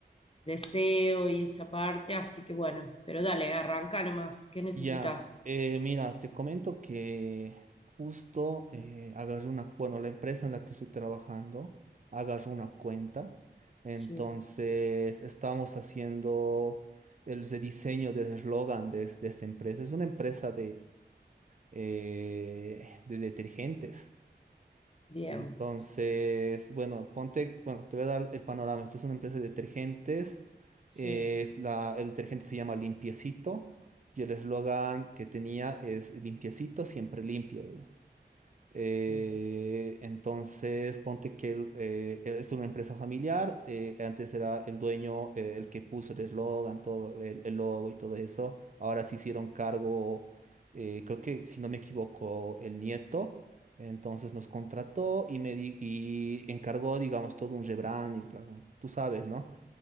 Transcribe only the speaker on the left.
deseo y esa parte, así que bueno, pero dale, arranca nomás. ¿Qué necesitas?
Sí,
bien,
sí,
sí.